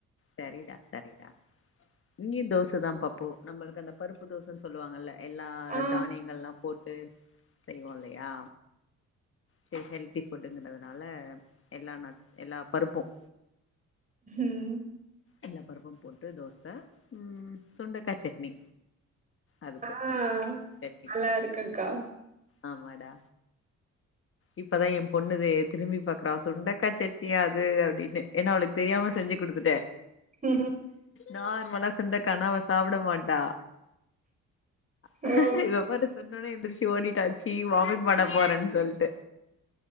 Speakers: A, on the left; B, on the right.
A: சரிடா சரிடா இங்கயும் தோசைதா பாப்பு நம்மளுக்கு அந்த பருப்பு தோசைன்னு சொல்லுவாங்கல்ல எல்லா
B: ஆ
A: தானியங்கள்லாம் போட்டு செய்வோம் இல்லையா சரி ஹெல்த்தி ஃபுட்டுங்கிறதுனால எல்லாம் எல்லா பருப்போம்
B: ம்
A: எல்லா பருப்பும் போட்டு தோச உம் சுண்டக்காய் சட்னி அதுக்கு
B: ஆஹ்
A: சட்னி
B: நல்லா இருக்குங்கா
A: ஆமாடா இப்பதா என் பொண்ணு திரும்பி பாக்குறா சுண்டக்காய் செட்டியா அது அப்படின்னு ஏன்னா அவளுக்கு தெரியாம செஞ்சு குடுத்துட்டே
B: ஹ
A: நார்மலா சுண்டக்கானா அவ சாப்பிட மாட்டா <unintelligible>
B: ஓ
A: சொன்னோனே எந்திரச்சு ஓடிட்டாச்சு வாமிட் பண்ண போறேன்னு சொல்லிட்டு